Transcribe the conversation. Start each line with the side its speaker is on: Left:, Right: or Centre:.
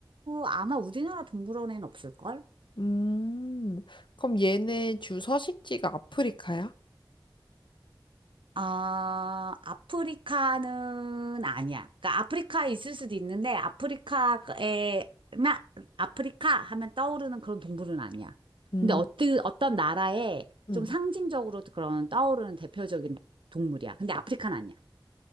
Right: 아마 우리나라 동물원에는 없을걸?
Left: 음, 그럼 얘네 주 서식지가 아프리카야?
Right: 아, 아프리카는 아니야. 그러니까 아프리카에 있을 수도 있는데 아프리카에 마- 아프리카 하면 떠오르는 그런 동물은 아니야.
Left: 음.
Right: 근데 어떤 어떤 나라에
Left: 음.
Right: 좀 상징적으로 그런 떠오르는 대표적인 동물이야. 근데 아프리카는 아니야.